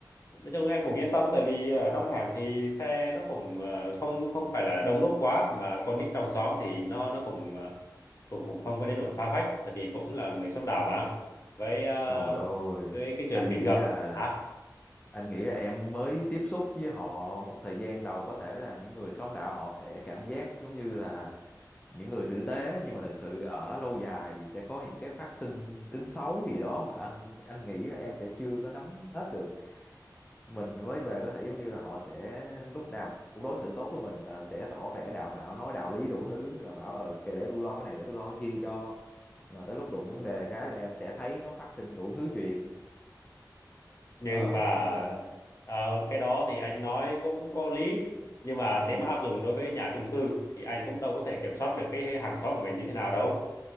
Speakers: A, on the left; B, on the left.
A: nói chung em cũng yên tâm tại vì ở trong hẻm thì xe nó cũng ờ, không không phải là đông đúc quá mà con nít trong xóm thì nó nó cũng ờ, cũng cũng không có đến nỗi phá phách tại vì cũng là người xóm đảo mà với ờ,
B: Trời ơi,
A: với cái chuyện
B: anh
A: bị
B: nghĩ
A: ngập
B: là
A: hả
B: anh nghĩ là em mới tiếp xúc với họ một thời gian đầu có thể là những người xóm đạo họ sẽ cảm giác giống như là những người tử tế nhưng mà thật sự ở lâu dài thì sẽ có những cái phát sinh tính xấu gì đó mà anh anh nghĩ là em sẽ chưa có nắm hết được. mình mới về có thể giống như là họ sẽ lúc nào cũng đối xử tốt với mình là sẽ tỏ vẻ đạo mạo nói đạo lý đủ thứ rồi bảo ờ kệ để tôi lo cái này để tôi lo cái kia cho nhưng mà tới lúc đụng vấn đề cái là em sẽ thấy nó phát sinh đủ thứ chuyện
A: nhưng
B: đó
A: mà
B: nên là
A: ờ, cái đó thì anh nói cũng có lý nhưng mà
B: ừm,
A: nếu mà áp dụng đối với nhà chung cư thì anh cũng đâu có thể kiểm soát được cái hàng xóm của mình như thế nào đâu